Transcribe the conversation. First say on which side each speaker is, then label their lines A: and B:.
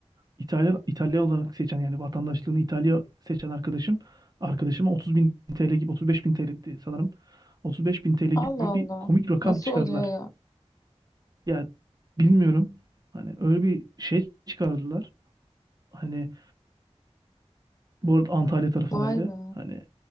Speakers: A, on the right (about 35°); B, on the left (about 30°).
A: İtalya, İtalya olarak seçen yani vatandaşlığını İtalya seçen arkadaşım arkadaşıma 30 bin TL gibi 35 bin TL'di sanırım. 35 bin TL
B: Allah
A: gibi
B: Allah.
A: bir komik rakam
B: Nasıl
A: çıkardılar.
B: oluyor ya?
A: ya bilmiyorum. Hani öyle bir şey çıkardılar. Hani bu arada Antalya tarafındaydı.
B: Vay be.
A: Hani